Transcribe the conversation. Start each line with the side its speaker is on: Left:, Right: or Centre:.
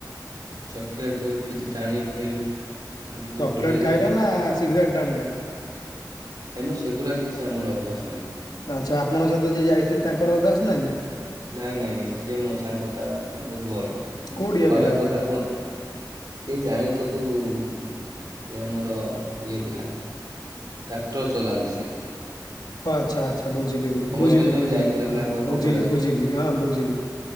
Right: ଚକୋଲେଟ କିଛି ଟାଣ ଖାଇଲୁ, ଆଉ କିଛି ଭଲ
Left: ଚକେଲେଟ୍
Right: ଲାଗିଲାନି।
Left: ଖାଇଲ ନା ସିଗାରେଟ୍ ଖାଇଲ?
Right: ଏବଂ ସେଗୁଡା କିଛି ଆମର ଅଭ୍ୟାସ ନାହିଁ।
Left: ଆଚ୍ଛା ଆପଣ ସହିତ ଯିଏ ଯାଇଥିବ ତାଙ୍କର ଅଭ୍ୟାସ ନାହିଁ?
Right: ନାଇଁ ନାଇଁ ସି ମୋ ସାଙ୍ଗ ଟା ବୋହୁତ ଭଲ
Left: କୋଉଠିକା
Right: ଖରାପ
Left: ପିଲା ଯିଏ?
Right: କଥା କୁହ ସେ ଜାଣିଥକୁ ସେ ଆମର ଇଏ ପିଲା। ଟ୍ରାକ୍ଟର ଚଳନ୍ତି।
Left: ଆଚ୍ଛା ଆଚ୍ଛା ବୁଝିଲି ମୁଁ ବୁଝିଲି
Right: ସହିତ
Left: ବୁଝିଲି
Right: ବି ଯାଇଥିଲେ
Left: ହଁ
Right: ନା କଣ
Left: ବୁଝିଲି
Right: କପିଳାସ?
Left: ବୁଝିଲି ହଁ ବୁଝିଲ।